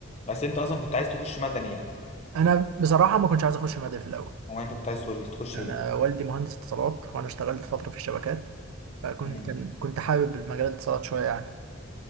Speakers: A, on the left; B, on the right.
A: بس انت اصلا كنت عايز تخش مدني يعني
B: أنا بصراحة ما كنتش عايز أخش مدني في الأول
A: او انت كنت عايز تقول- تخش
B: أنا
A: ايه
B: والدي مهندس اتصالات وأنا اشتغلت فترة في الشبكات فكنت
A: امم
B: كان كنت حابب المجال الاتصالات شويه يعني